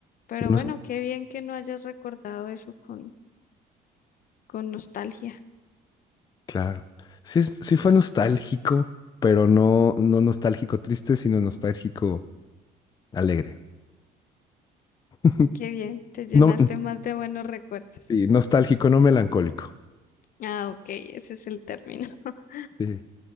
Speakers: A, on the left; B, on the left.
A: Pero
B: Unos
A: bueno, qué bien que no hayas recordado eso con, con nostalgia.
B: Claro. Sí, es- sí fue nostálgico, pero no, no nostálgico triste, sino nostálgico alegre. <laughs>
A: Qué bien, te llenaste
B: No,
A: más de buenos recuerdos.
B: sí, nostálgico, no melancólico.
A: Ah, ok, ese es el término. <laughs>
B: Sí,